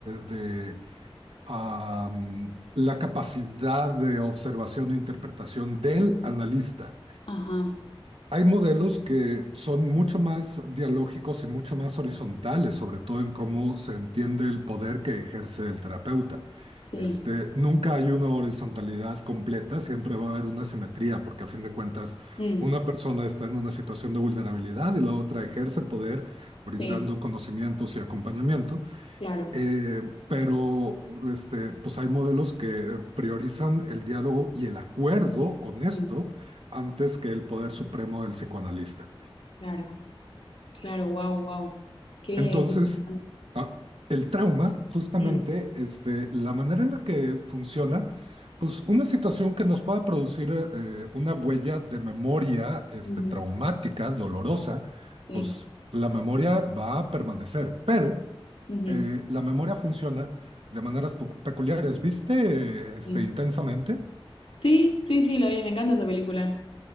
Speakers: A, on the right; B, on the left.
A: de am, la capacidad de observación e interpretación del analista.
B: Ajá,
A: Hay modelos que son mucho más dialógicos y mucho más horizontales, sobre todo en cómo se entiende el poder que ejerce el terapeuta.
B: sí.
A: Este, nunca hay una horizontalidad completa, siempre va a haber una simetría, porque a fin de cuentas
B: Mm.
A: una persona está en una situación de vulnerabilidad y la otra ejerce poder brindando
B: Sí,
A: conocimientos y acompañamiento.
B: claro.
A: Eh, pero este, pues hay modelos que priorizan el diálogo y el acuerdo honesto
B: Mm.
A: antes que el poder supremo del psicoanalista.
B: Claro. Claro, wow, wow. Qué
A: Entonces,
B: qué interesante.
A: ah, el trauma, justamente,
B: Mm,
A: este, la manera en la que funciona, pues una situación que nos pueda producir eh, una huella de memoria este,
B: ujú,
A: traumática, dolorosa,
B: sí,
A: pues la memoria va a permanecer, pero
B: ujú,
A: eh, la memoria funciona de maneras pecu- peculiares. ¿Viste, este,
B: sí.
A: intensamente?
B: Sí, sí, sí, la vi, me encanta esa película.